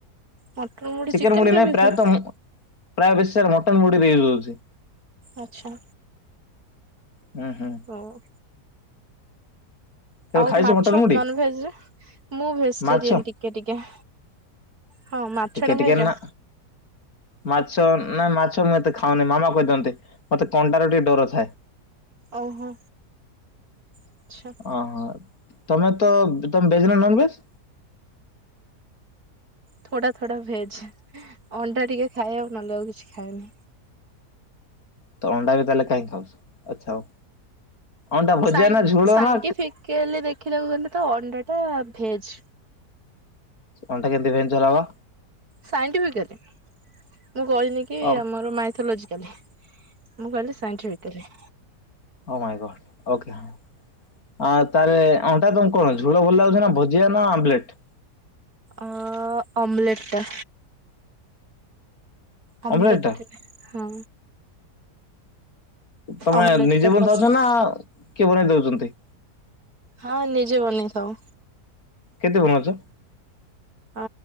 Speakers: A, on the right; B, on the left.
A: ମଟନ ମୁଢି
B: ଚିକେନ ମୁଡ଼ି
A: ରେ
B: ନାଇ
A: ବି
B: ପ୍ରାୟତଃ
A: ହୁଏ
B: ପ୍ରାୟ ବେଶୀ ସାର ମଟନ ମୁଡି ଦେଇ ଦୋଉଚି।
A: ଆଛା।
B: ହୁଁ ହୁଁ।
A: ହଉ
B: କେବେ
A: ଆଉ
B: ଖାଇଛ
A: ମାଛ
B: ମଟନ ମୁଢି
A: ନନ ଭେଜରେ ମୁଁ ଭେଜିଟେରିଆନ
B: ମାଛ?
A: ଟିକେ ଟିକେ। ହଁ ମାଛଟା
B: ଟିକେ ଟିକେ
A: ଖାଇଚ?
B: ନା ମାଛ ନା ମାଛ ମୁଁ ଏତେ ଖାଉନି ମାମା ଖୋଇଦିଅନ୍ତି, ମତେ କଣ୍ଟାର ଟିକେ ଡର ଥାଏ।
A: ଓହୋ। ଆଚ୍ଛା।
B: ଅହୋ ତମେ ତ ତମେ ଭେଜ ନା ନନ ଭେଜ?
A: ଥୋଡା ଥୋଡା ଭେଜ, ଅଣ୍ଡା ଟିକେ ଖାଏ ଆଉ ନହେଲେ ଆଉ କିଛି ଖାଏନି।
B: ତ ଅଣ୍ଡା ବି ତାହେଲେ କାଇଁ ଖାଉଛ ଆଛା ହଉ, ଅଣ୍ଡା ଭଜିଆ
A: ସାଇ
B: ନା ଝୁଳ
A: ସାଇଣ୍ଟିଫିକାଲି
B: ନା
A: ଦେଖିବାକୁ ଗଲେ ତ ଅଣ୍ଡା ଟା ଭେଜ।
B: ଅଣ୍ଡା କେମତି ଭେଜ୍ ହେଲା ବା?
A: ସାଇଣ୍ଟିଫିକାଲି ମୁଁ କହିନି କି
B: ଅ
A: ଆମର ମାଇଥୋଲୋଜିକାଲି। ମୁଁ କହିଲି scientifically.
B: Oh my god okay. ଆଉ ତାହେଲେ ଅଣ୍ଟା ତମକୁ କଣ ଝୋଳ ଭଲ ଲାଗୁଛି ନା ଭଜିଆ ନା ଆମ୍ବଲେଟ?
A: ଅ ଅମ୍ଲେଟ ଟା। ଅମ୍ଲେଟ
B: ଅମଲେଟ ଟା
A: ହଁ।
B: ତମେ
A: ଅମଲେଟ
B: ନିଜେ
A: ଟା
B: ବନୋଉ
A: ପସନ୍ଦ
B: ଚ ନା କିଏ ବନେଇ ଦଉଚନ୍ତି?
A: ହଁ ନିଜେ ବନେଇଥାଉ।
B: କେନ୍ତି ବନଉଛ?
A: ଆ